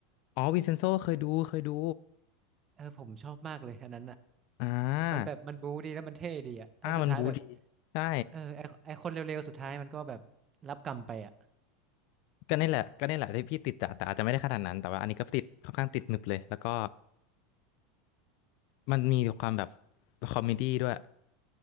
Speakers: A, on the left; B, on the right.
A: อ๋อวินเซนโซเคยดูเคยดู
B: เออผมชอบมากเลยอันนั้นอ่ะ
A: อ่า
B: มันแบบมันบู๊ดีแล้วมันเท่ดีอ่ะแล้วสุดท้ายแบบ
A: อ่ามันบูดีใช่
B: เออไอไอคนเร็วๆสุดท้ายมันก็แบบรับกรรมไปอ่ะ
A: ก็นี่แหละก็นี่แหละที่พี่ติดอะแต่อาจจะไม่ได้ขนาดนั้นแต่ว่าอันนี้ก็ติดค่อนข้างติดหนึบเลยแล้วก็มันมีความแบบคอมเมดี้ด้วย